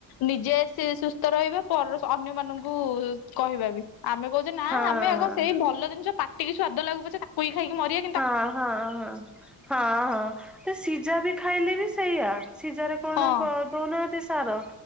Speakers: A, on the left; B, in the centre.
A: ନିଜେ ସେ ସୁସ୍ଥ ରହିବେ ପରେ ଅନ୍ୟ ମାନଙ୍କୁ କହିବା ବି ଆମେ କହୁଛେ ନା
B: ହଁ।
A: ଆମେ ଆଗ ସେଇ ଭଲ ଜିନିଷ ପାଟିକି ସ୍ଵାଦ ଲାଗୁ ପଛେ ତାକୁ ବି ଖାଇକି ମରିିବା।
B: ହଁ, ହଁ, ହଁ ସିଝା ବି ଖାଇଲେ ବି ସେଇଆ। ସିଝାର କଣ
A: ହଁ
B: ଦଉନାହାନ୍ତି ସାର।